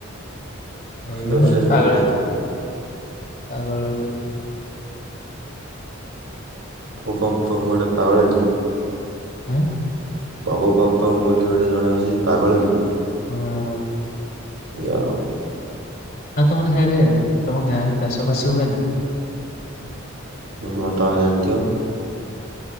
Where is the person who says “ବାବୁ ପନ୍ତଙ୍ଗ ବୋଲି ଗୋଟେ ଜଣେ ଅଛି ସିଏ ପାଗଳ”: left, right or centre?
Right